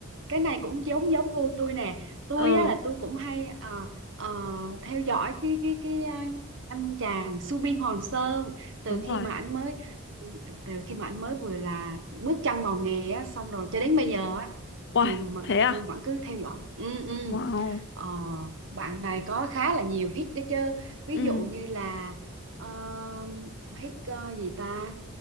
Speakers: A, on the right; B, on the left.
A: cái này cũng giống giống gu tôi nè tôi
B: ừ
A: á là tôi cũng hay ờ, ờ, theo dõi cái cái cái ờ, anh chàng Subin Hoàng Sơn từ
B: đúng
A: khi
B: rồi
A: mà anh mới từ khi mà anh mới vừa là bước chân vào nghề á xong rồi cho đến bây giờ á
B: Wow,
A: thì mà
B: thế à?
A: tôi vẫn cứ theo dõi ừ ừ
B: Wow.
A: ờ, bạn này có khá là nhiều hit đấy chứ ví
B: Ừ,
A: dụ như là ờ, hit ờ, gì ta